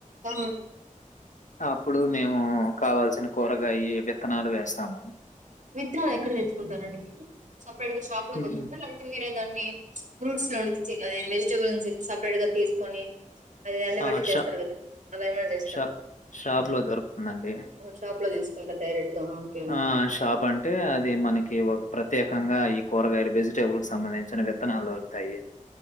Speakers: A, on the right; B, on the left.
A: ఆ
B: అప్పుడు మేము కావాల్సిన కూరగాయ విత్తనాలు వేస్తాము
A: విత్తనాలు ఎక్కడ నేర్చుకుంటారండి ప్పడు
B: హ్మ్.
A: లోద విారు లేకపోతే మీరే దాన్ని ఫ్రూట్స్ లో ఉం వెజిటబుల్ నుంచి సపరేట్ గా తీసుకొని అది ఎండబెట్టి
B: ఆ
A: చేస్తారు
B: ష
A: కదా అలా ఏమైన్నా చేస్తారు
B: ష షాప్ లో దొరుకుతుందండి
A: షాప్ లో తీసుకు అంత డైరెక్ట్ దానికే
B: ఆ షాప్ అంటే అది మనకి ఒక ప్ర ప్రత్యేకంగా ఈ కూరగాయలు వ వెజిటేబుల్ క సంబంధించిన విత్తనాలు దొరుకుతాయి